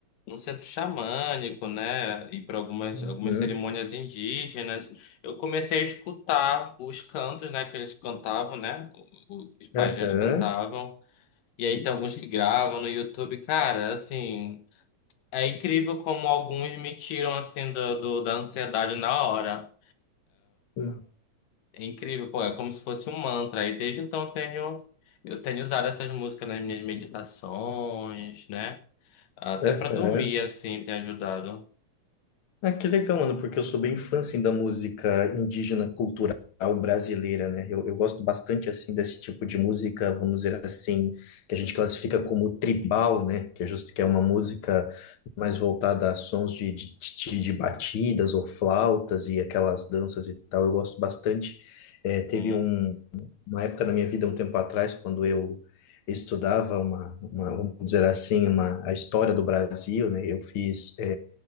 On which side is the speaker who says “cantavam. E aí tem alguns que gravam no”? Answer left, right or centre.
Left